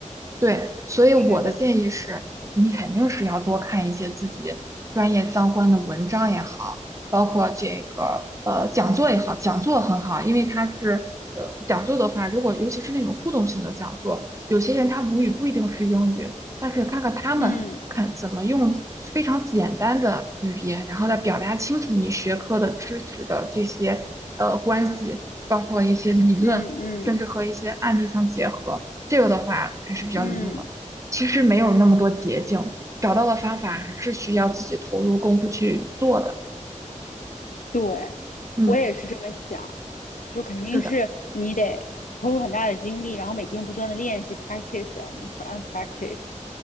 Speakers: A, on the right (about 25°); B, on the left (about 80°).
A: 对，所以我的建议是，
B: 是的，
A: 你肯定是要多看一些自己专业相关的文章也好，包括这个呃讲座也好，讲座很好，因为它是呃讲座的话，如果尤其是那种互动性的讲座，有些人他母语不一定是英语，但是看看他们看怎么用非常简单的语言，
B: 嗯
A: 然后来表达清楚你学科的知识的这些呃关系，包括一些理论，
B: 嗯嗯
A: 甚至和一些案例相结合。这个的话才是比较有用的。
B: 嗯，
A: 其实没有那么多捷径，找到的方法还是需要自己投入功夫去做的。
B: 对，
A: 嗯，
B: 我也是这么想。就肯定是你得投入很大的精力，
A: 是的，
B: 然后每天不断的练习，practice and and practice。